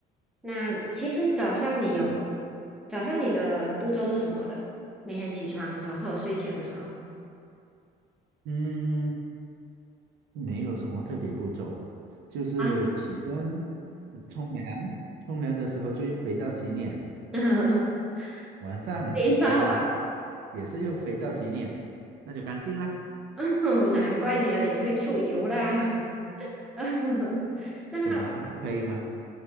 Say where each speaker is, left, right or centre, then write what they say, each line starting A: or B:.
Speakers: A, in the centre; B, on the right.
A: 那其实早上你有早上你的步骤是什么的？每天起床的时候或者睡前的时候
B: 嗯，没有什么特别步骤，就是起身、
A: 啊，
B: 冲凉，冲凉的时候就用肥皂洗脸，
A: <laughs>
B: 晚上回来
A: 肥皂啊，
B: 也是用肥皂洗脸，那就干净啦。
A: <laughs> 难怪你的脸会出油啦。<laughs> 那
B: 怎么啦？不可以吗？